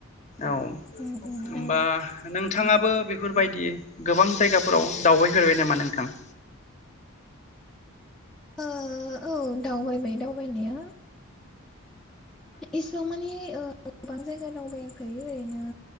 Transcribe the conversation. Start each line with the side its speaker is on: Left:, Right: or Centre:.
Left: औ
Centre: उम उम
Left: होमबा
Centre: नंगौ
Left: नोंथाङाबो
Centre: उम
Left: बेफोरबायदि गोबां जायगाफोराव दावबायफेरबाय नामा नोंथां?
Centre: ओ औ दावबायबाय दावबायनाया एसेबां मानि गोबां जायगा दावबायाखै ओरैनो